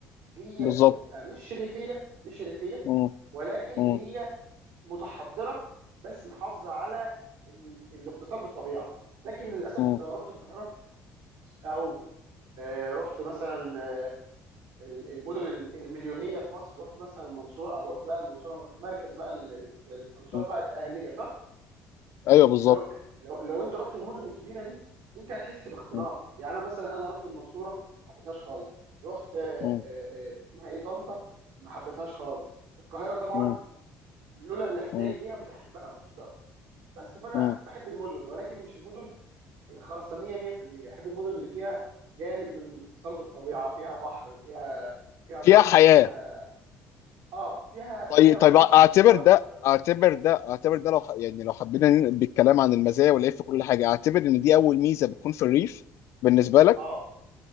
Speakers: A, on the right; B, on the left.
A: هي
B: بالظبط
A: بتبقى مش ريفيه مش ريفيه
B: مم.
A: ولكن
B: مم.
A: هي متحضره بس محافظه على ال- الاتصال بالطبيعه لكن للاسف
B: مم.
A: انت لو رحت القاهره او آه، رحت مثلا آه، ال- المدن ال- المليونيه في مصر رحت مثلا المنصوره او رحت بقى المنصوره رحت مركز بقى ال- المنصوره
B: مم.
A: تبع الاهليه صح
B: ايوه بالظبط
A: لو لو لو انت رحت المدن الكبيره دي انت هتحس باختناق
B: مم.
A: يعني انا مثلا انا رحت المنصوره ما حبيتهاش خالص رحت آه،
B: مم.
A: آه، آه، اسمها ايه طنطا ما حبيتهاش خالص القاهره طبعا
B: مم.
A: لولا الاحتياج
B: مم.
A: ليها مش هحبها ومش هطيقها بس فانا
B: مم.
A: بحب المدن ولكن مش المدن الخرسانيه 100% بحب المدن اللي فيها جانب من الاتصال بالطبيعه فيها بحر فيها فيها
B: فيها
A: نهر
B: حياة
A: فيها اه فيها
B: طيب
A: فيها مظهر
B: طيب اعتبر
A: من مظاهر
B: ده
A: الطبيعه
B: اعتبر ده اعتبر ده لو ح- يعني لو حبينا ننقل بالكلام عن المزايا والعيب في كل حاجة اعتبر ان دي اول ميزة بتكون في الريف بالنسبة لك
A: اه